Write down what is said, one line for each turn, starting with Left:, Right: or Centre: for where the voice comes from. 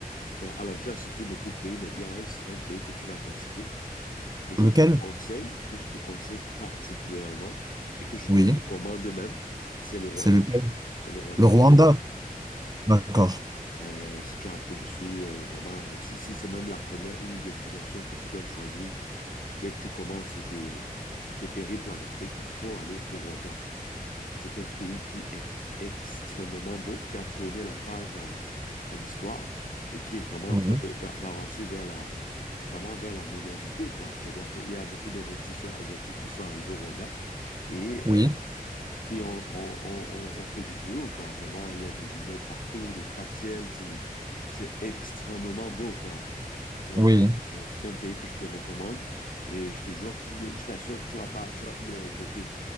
Left: Ben, alors, tu as cité beaucoup de pays, mais il y a un, un pays que tu n'as pas cité, que je
Right: Lequel?
Left: te conseille, que je te conseille particulièrement et que je
Right: Oui,
Left: te recommande même, c'est le Rwanda.
Right: c'est lequel?
Left: C'est le Rwanda.
Right: Le Rwanda. D'accord.
Left: Euh, si tu as un peu de sous, euh, vraiment, euh, si, si c'est même la première, une destination que tu dois choisir dès que tu commences tes, tes périples en Afrique, il faut aller au Rwanda. C'est un pays qui est extrêmement beau, qui a tourné la page à, à l'histoire et qui est vraiment en
Right: Oui,
Left: train de- d'a- d'avancer vers la, vraiment vers la modernité, quoi. C'est-à-dire qu'il y a beaucoup d'investisseurs asiatiques qui sont arrivés au Rwanda et
Right: oui,
Left: euh, qui ont, ont- ont- ont- ont fait du boulot, quoi. Vraiment, il y a des immeubles partout, des gratte-ciel, c'est, c'est extrêmement beau, quoi. Donc,
Right: oui.
Left: euh, c'est un pays que je te recommande et je te jure, que je je t'assure que tu vas pas, tu vas pas le regretter.